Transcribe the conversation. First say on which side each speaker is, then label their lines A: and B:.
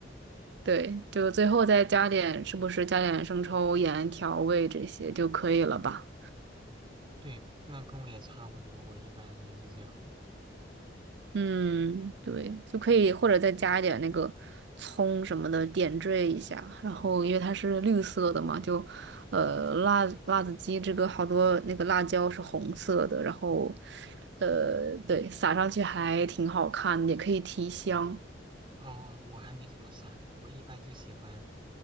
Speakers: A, on the right (about 65°); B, on the right (about 30°).
A: 对，就最后再加点，是不是加点生抽、盐、调味这些就可以了吧？
B: 对，那跟我也差不多，我一般也是这样。
A: 嗯，
B: 嗯，
A: 对，就可以，或者再加一点那个葱什么的点缀一下。然后，因为它是绿色的嘛，就呃辣辣子鸡这个好多那个辣椒是红色的，然后呃对，撒上去还挺好看的也可以提香。
B: 哦，我还没怎么撒过，我一般就喜欢